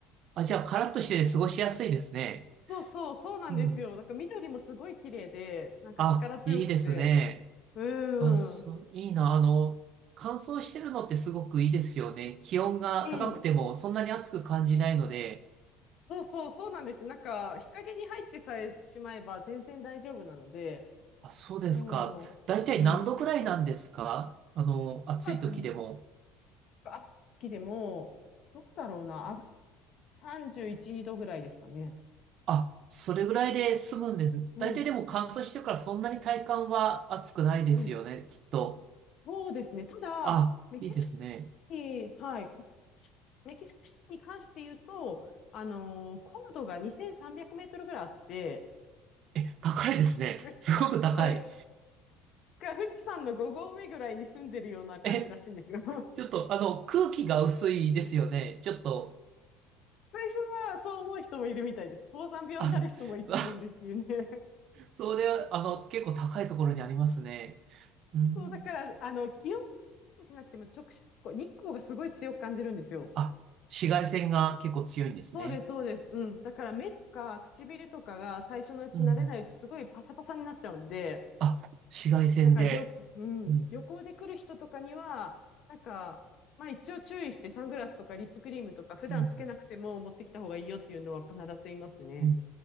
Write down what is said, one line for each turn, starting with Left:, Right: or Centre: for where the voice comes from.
Right: あ、じゃあ、カラッとして過ごしやすいですね。
Left: そうそう、そうなんですよ。
Right: うん。
Left: なんか緑もすごい綺麗で、なんか力強くて、
Right: あ、いいですね。
Left: うーん、
Right: あ、そう、いいな。あの、乾燥してるのってすごくいいですよね。気温が高くてもそんなに暑く感じないので。
Left: うん。そうそう、そうなんです。なんか、日陰に入ってさえしまえば全然大丈夫なので、
Right: あ、そうですか。
Left: もう、
Right: だいたい何度くらいなんですかあの、
Left: うん。
Right: 暑い時でも。
Left: なんかで、暑きでも、どうだろうな、あが31度ぐらいですかね。
Right: あ、それぐらいで済むんです。
Left: うん、
Right: だいたいでも乾燥してるからそんなに体感は暑くないですよね、
Left: うん。
Right: きっと。
Left: そうですね。ただ、
Right: あ、
Left: メキシコシティ、
Right: いいですね。
Left: はい。メキシコシティに関して言うと、あのー高度が2300メートルぐらいあって、
Right: え、高いですね。
Left: <laughs>
Right: すごく高い。
Left: そうです富士山の5合目ぐらいに住んでるような感じらしいんですよ。
Right: えちょっと、あの、空気が薄いですよね。ちょっと、
Left: 最初はそう思う人もいるみたいです。高山病になる人も一部いるっていうね。
Right: あ、<laughs> あそれは、あの、結構高いところにありますね。
Left: <laughs>
Right: うん。
Left: そう、だから、あの、気温じゃなくても直視、こう日光がすごい強く感じるんですよ。
Right: あ、紫外線が結構強いんですね。
Left: そうです、そうです。うん。だから目とか唇とかが最初のうち慣れないうちすごいパサパサになっちゃうんで、
Right: うんうん。あ、紫外線で。
Left: だから旅、うん、
Right: うん。
Left: 旅行で来る人とかには、なんか、まあ一応注意してサングラスとかリップクリームとか普段つけなくても持ってきた方がいいよっていうのは必ずいますね。
Right: うんうんうん。